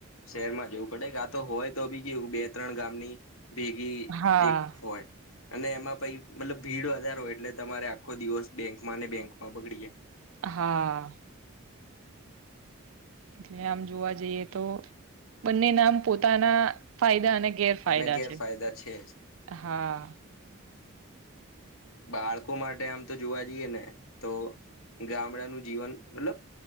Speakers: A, on the left; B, on the right.
A: શહેરમાં જવું પડે કાતો હોય તો બી કેવું બે ત્રણ ગામની ભેગી
B: હા
A: એક હોય. અને એમાં પહી મતલબ ભીડ વધારે હોય એટલે તમારે આખો દિવસ બેંકમાં ને બેંકમાં બગડી જાય.
B: હા. એટલે આમ જોવા જઈએ તો બંનેના આમ પોતાના ફાયદા અને ગેરફાયદા
A: અને ગેરફાયદા
B: છે
A: છે જ.
B: હા
A: બાળકો માટે આમ તો જોવા જઈએ ને તો ગામડાનું જીવન મતલબ